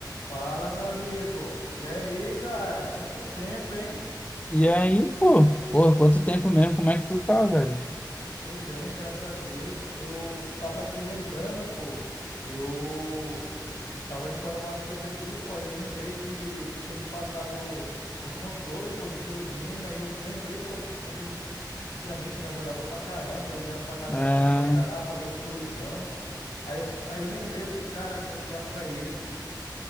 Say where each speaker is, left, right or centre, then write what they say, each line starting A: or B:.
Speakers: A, on the left; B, on the left.
A: Fala, meu amigo. E aí, cara? Quanto tempo, hein?
B: E aí, pô, porra, quanto tempo mesmo? Como é que tu tá, velho?
A: Tô bem, graças a Deus. Eu tava aqui lembrando, pô. Eu tava limpando umas coisas aqui, pô. Aí eu lembrei que tu tinha me passado uns controles, pô, de videogame. Aí eu lembrei, pô, como é que a gente antigamente ainda jogava pra caramba. Eu ia na tua casa
B: É...
A: pra gente jogar, fazer os corujão. Aí eu, aí eu lembrei, eu falei, caraca, eu vou ligar pra ele, bicho.